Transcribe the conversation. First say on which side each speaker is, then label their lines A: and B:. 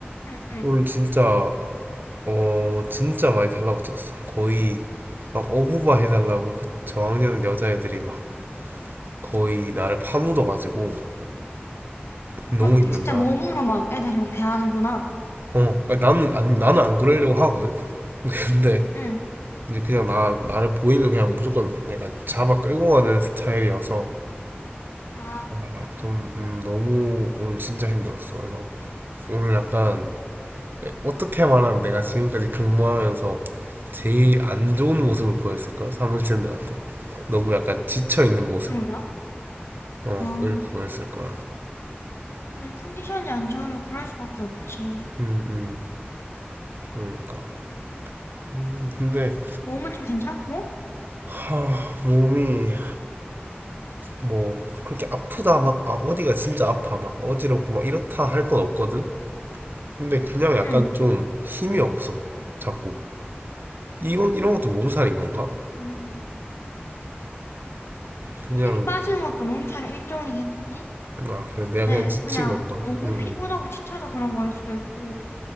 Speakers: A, on the left (about 85°); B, on the right (about 55°).
A: 응, 응.
B: 오늘 진짜 어 진짜 많이 달라붙었어. 거의 막 어부바 해달라고 그 저학년 여자애들이 막 거의 나를 파묻어가지고 너무
A: 막
B: 힘든
A: 진짜
B: 거야.
A: 몸으로 막 애들이 막 대하는구나.
B: 어 아니, 나는 아니 나는 안 그러려고 하거든. <laughs> 근데
A: 응.
B: 이제 그냥 나 나를 보이면 그냥 무조건 내가 잡아 끌고 가는 스타일이어서
A: 아,
B: 아, 좀 음, 너무 오늘 진짜 힘들었어. 그래서 오늘 약간 어떻게 말하면 내가 지금까지 근무하면서 제일 안 좋은 모습을 보였을 걸 사무실들한테 너무 약간 지쳐 있는 모습
A: 그 정도야?
B: 어,
A: 아.
B: 을 보였을 거야
A: 근데 컨디션이 안 좋으면 그럴 수밖에 없지.
B: 음음 그러니까 음 근데
A: 몸은 좀 괜찮고?
B: 하 몸이 뭐 그렇게 아프다 막 아 어디가 진짜 아파 막 어지럽고 막 이렇다 할 건 없거든 근데 그냥 약간
A: 응.
B: 좀 힘이 없어 자꾸 이건 이런 것도 몸살인 건가
A: 음,
B: 그냥
A: 힘 빠지는 것도 몸살의 일종이긴 하지.
B: 아 그래 내가
A: 근데
B: 그냥 지친
A: 그냥
B: 건가
A: 너무
B: 음, 음.
A: 피곤하고 지쳐서 그런 걸 수도 있고.